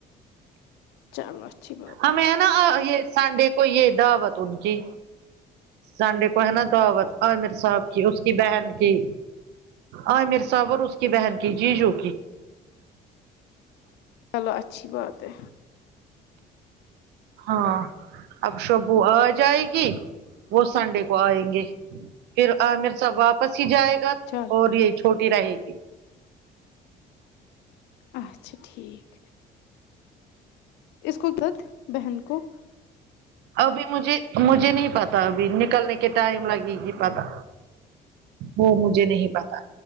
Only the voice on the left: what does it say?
چلو اچھی بات
چلو اچھی بات ہے
چلو
اچھا ٹھیک اس کو تت بہن کو